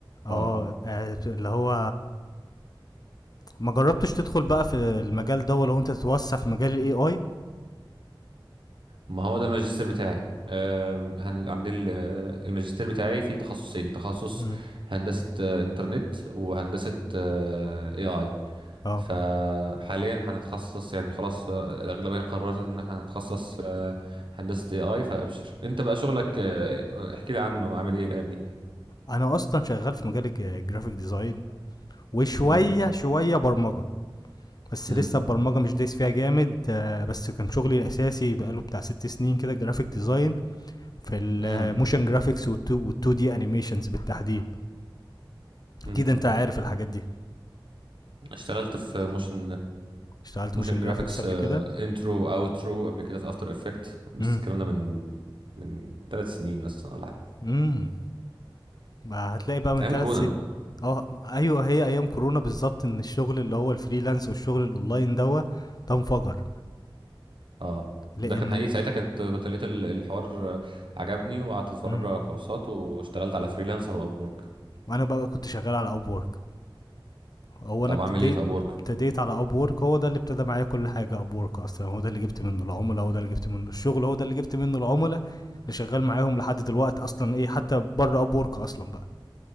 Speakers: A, on the left; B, on the right.
A: اه
B: اه اه
A: آه، اللي هو ما جربتش تدخل بقى في المجال ده ولا هو انت تتوسع في مجال الاي اي
B: ما هو ده الماجستير بتاعي آم، هن- عندي ال- آه، الماجستير بتاعي فيه تخصصين تخصص
A: امم
B: هندسة آه، إنترنت وهندسة آه، AI
A: اه
B: فحاليا هنتخصص يعني خلاص آه، الأغلبية قررت إن احنا هنتخصص آه، هندسة AI فأبشر أنت بقى شغلك آه، احكي لي عنه عامل إيه الأيام دي
A: انا اصلا شغال في مجال الج- الجرافيك ديزاين وشويه
B: امم
A: شويه برمجه بس
B: امم
A: لسه البرمجه مش دايس فيها جامد آه، بس كان شغلي الاساسي بقاله بتاع ست سنين كده جرافيك ديزاين في الموشن
B: امم
A: جرافيكس والتو دي انيميشنز بالتحديد
B: امم
A: كده انت عارف الحاجات دي
B: اشتغلت في موشن
A: اشتغلت
B: موشن
A: موشن
B: جرافيكس
A: جرافيكس قبل
B: انترو
A: كده
B: اوترو قبل كده في افتر افكت بس
A: امم
B: الكلام ده من من ثلاث سنين مثلا ولا حاجه
A: امم ما هتلاقي بقى من
B: ايام
A: ثلاث
B: كورونا
A: سنين اه ايوه هي ايام كورونا بالظبط ان الشغل اللي هو الفريلانس والشغل الاونلاين دوا ده انفجر
B: اه
A: لان
B: ده كان حقيقي ساعتها كنت كنت لقيت ال- الحوار آه، عجبني وقعدت اتفرج
A: امم
B: له على كورسات واشتغلت على فريلانسر واب وورك
A: انا بقى كنت شغال على اب وورك هو انا
B: طب
A: ابتديت
B: اعمل ايه في اب وورك
A: ابتديت على اب وورك هو ده اللي ابتدى معايا كل حاجه اب وورك اصلا هو ده اللي جبت منه العملاء هو ده اللي جبت منه الشغل هو ده اللي جبت منه العملاء اللي شغال معاهم لحد دلوقتي اصلا ايه حتى بره اب وورك اصلا بقى